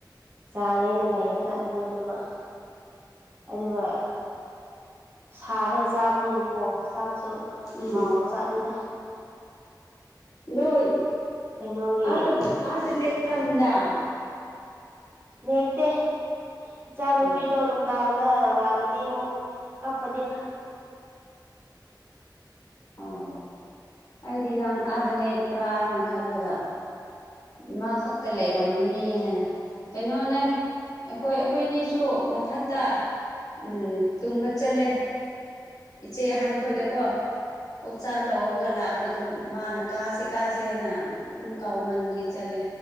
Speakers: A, on the right; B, on the left.
A: ꯆꯥꯒꯦꯅ ꯂꯩꯕ ꯖꯥꯠꯅꯤ ꯂꯣꯏꯅꯃꯛ ꯑꯗꯨꯒ ꯁꯥꯔꯒ ꯆꯥꯕꯅꯤꯅꯀꯣ ꯆꯥꯛꯁꯨ
B: ꯎꯝ
A: ꯍꯥꯎꯕ ꯖꯥꯠꯅꯤꯗ꯫
B: ꯗꯣ
A: ꯀꯩꯅꯣꯒꯤ
B: ꯑꯥꯗ ꯑꯥꯗ ꯂꯦꯛꯄ꯭ꯔꯥ ꯅꯨꯡꯗꯥꯡ꯫
A: ꯅꯦꯛꯇꯦ ꯏꯆꯥꯅꯨꯄꯤꯗꯣ
B: ꯑꯣ
A: ꯅꯨꯡꯗꯥꯡꯗ ꯂꯥꯛꯔ ꯗꯤ ꯃꯨꯛ ꯀꯞꯗꯤ ꯐ
B: ꯑꯣ ꯑꯩꯗꯤ ꯅꯪ ꯑꯥꯗ ꯂꯦꯛꯄ꯭ꯔꯥ ꯍꯥꯏꯅ ꯈꯜꯂꯒ ꯏꯃꯥ ꯈꯛꯇ ꯂꯩꯔꯝꯒꯅꯤ ꯍꯥꯏꯅ ꯀꯩꯅꯣꯅꯦ ꯑꯩꯈꯣꯏ ꯑꯩꯈꯣꯏꯅꯤꯁꯨ ꯃꯊꯛꯇ ꯎꯝ ꯇꯨꯝꯕ ꯆꯠꯂꯦ ꯏꯆꯦ ꯑꯍꯥꯟ ꯈꯣꯏꯗꯀꯣ ꯑꯣꯛꯆꯥꯛ ꯂꯧꯔꯒ ꯂꯥꯛꯄꯗꯨ ꯃꯥꯅ ꯀꯥꯁꯦ ꯀꯥꯁꯦꯅ ꯑꯗꯨꯝ ꯀꯥꯎ ꯃꯟꯕꯒꯤ ꯆꯠꯂꯦ